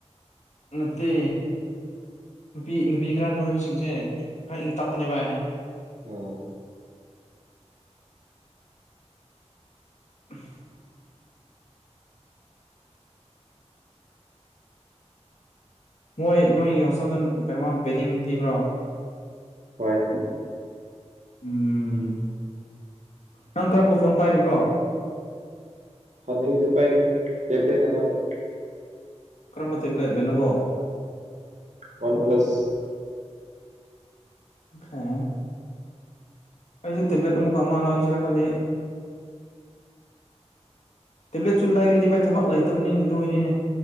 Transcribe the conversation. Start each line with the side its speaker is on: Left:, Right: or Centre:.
Left: ꯅꯠꯇꯦ ꯅꯨꯄꯤ ꯅꯨꯄꯤ ꯈꯔ ꯅꯣꯏꯕꯁꯤꯡꯁꯦ ꯈꯔ ꯏꯪ ꯇꯞꯄꯅꯦꯕ
Right: ꯑꯣ
Left: ꯎꯝꯐ ꯃꯣꯏ ꯅꯣꯏꯒꯤ ꯍꯣꯁꯇꯦꯜꯗ ꯀꯩꯅꯣꯃ ꯕꯦꯗꯤꯡ ꯄꯤꯕ꯭ꯔꯣ
Right: ꯍꯣꯏ
Left: ꯎꯝ ꯎꯝ ꯅꯪ ꯀꯔꯝꯕ ꯐꯣꯟ ꯄꯥꯏꯔꯤꯕ꯭ꯔꯣ
Right: ꯍꯅꯒꯤꯗꯨ ꯄꯥꯏꯔꯤ ꯇꯦꯕ꯭ꯂꯦꯠ ꯑꯃꯒ
Left: ꯀꯔꯝꯕ ꯇꯦꯕ꯭ꯂꯦꯠ ꯂꯦꯅꯣꯕꯣ
Right: ꯋꯥꯟ ꯄ꯭ꯂꯁ
Left: ꯈꯥ ꯑꯩꯁꯦ ꯇꯦꯕ꯭ꯂꯦꯠ ꯑꯃꯨꯛꯀ ꯑꯃ ꯂꯧꯁꯤꯔꯥ ꯈꯜꯂꯤ ꯇꯦꯕ꯭ꯂꯦꯠꯁꯨ ꯂꯩꯔꯗꯤ ꯚꯥꯏ ꯊꯕꯛ ꯂꯩꯇꯕꯅꯤꯅꯦ ꯑꯗꯨ ꯑꯣꯏꯅꯤꯅꯦ